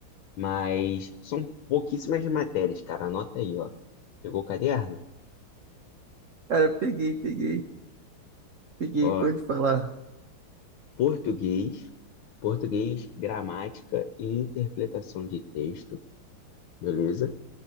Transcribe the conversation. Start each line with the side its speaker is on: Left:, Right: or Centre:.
Left: Mas são pouquíssimas matérias, cara. Anota aí, ó. Pegou o caderno?
Right: Cara, peguei, peguei. Peguei,
Left: Ó,
Right: pode falar.
Left: português, português, gramática e interpretação de texto, beleza?